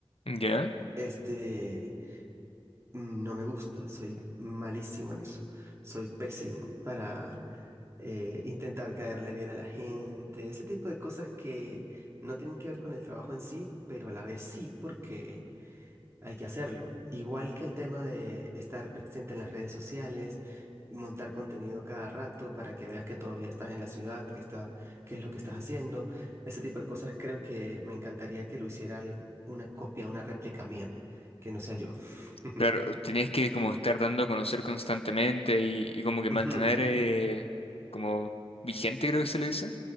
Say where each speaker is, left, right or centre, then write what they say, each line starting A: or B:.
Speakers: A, on the left; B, on the right.
A: ¿Ya?
B: este, no me gusta, soy malísimo en eso, soy pésimo para eh, intentar caerle bien a la gente, ese tipo de cosas que no tienen que ver con el trabajo en sí, pero a la vez sí, porque hay que hacerlo. Igual que el tema de estar presente en las redes sociales, montar contenido cada rato para que veas que todavía estás en la ciudad, que está, qué es lo que estás haciendo. Ese tipo de cosas creo que me encantaría que lo hiciera al- una copia, una réplica mía, que no sea yo. <laughs>
A: Claro, tenías que como estar dando a conocer constantemente y, y como que mantener
B: Ujú.
A: eh, como vigente, creo que se le dice.